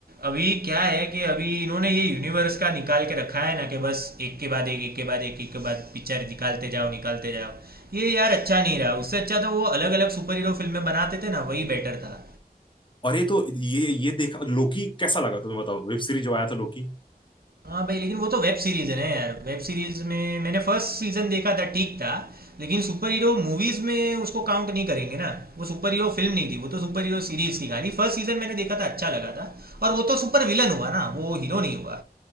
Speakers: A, on the right (about 75°); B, on the left (about 30°).
A: अभी क्या है कि अभी इन्होंने ये यूनिवर्स का निकाल के रखा है ना कि बस एक के बाद एक एक के बाद एक एक के बाद पिक्चर निकालते जाओ निकालते जाओ ये यार अच्छा नहीं रहा उससे अच्छा तो वो अलग अलग सुपर हीरो फिल्में बनाते थे ना वही बेटर था
B: और ये तो ये ये देखा लोकी कैसा लगा तुम्हें बताओ वेब सीरीज जो आया था लोकी
A: हाँ भाई लेकिन वो तो वेब सीरीज है ना यार वेब सीरीज में मैंने फर्स्ट सीजन देखा था ठीक था लेकिन सुपर हीरो मूवीज में उसको काउंट नहीं करेंगे ना वो सुपर हीरो फिल्म नहीं थी वो तो सुपर हीरो सीरीज थी खाली फर्स्ट सीजन मैंने देखा था अच्छा लगा था और वो तो सुपर विलन हुआ ना वो हीरो नहीं हुआ